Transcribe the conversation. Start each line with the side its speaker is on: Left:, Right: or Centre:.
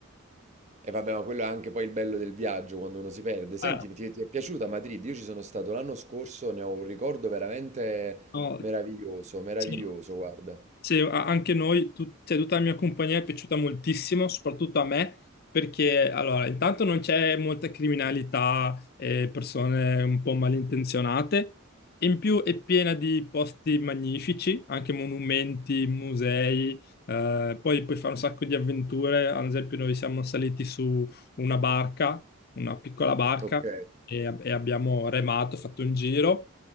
Right: E vabbè, ma quello è anche poi il bello del viaggio quando uno si perde. Senti,
Left: Eh,
Right: ti, ti è piaciuta Madrid? Io ci sono stato l'anno scorso, ne ho un ricordo veramente
Left: no,
Right: meraviglioso, meraviglioso,
Left: sì.
Right: guarda.
Left: Sì, a- anche noi, tut- cioè, tutta la mia compagnia è piaciuta moltissimo, soprattutto a me, perché allora, intanto non c'è molta criminalità e persone un po' malintenzionate, in più è piena di posti magnifici, anche monumenti, musei, eh, poi puoi fare un sacco di avventure, ad esempio noi siamo saliti su una barca, una piccola barca,
Right: Ok,
Left: e, ab- e abbiamo remato, fatto un giro.